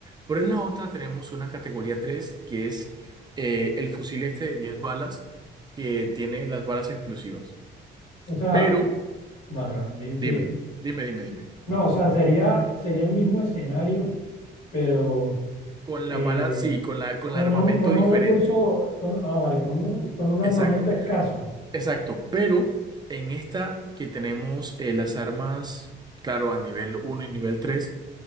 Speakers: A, on the right (about 20°); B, on the left (about 80°).
A: pero en la otra tenemos una categoría 3 que es eh, el fusil este de 10 balas que tiene las balas explosivas.
B: O sea,
A: Pero
B: vale, vale, di- sigue.
A: dime, dime, dime, dime.
B: No, o sea, sería, sería el mismo escenario, pero
A: Con
B: eh,
A: la bala, sí, con la, con
B: con
A: el armamento
B: un, con un
A: diferente.
B: recurso, con, ah, vale, con un, con un armamento
A: Exacto,
B: escaso.
A: exacto. Pero en esta que tenemos eh, las armas, claro, a nivel uno y nivel tres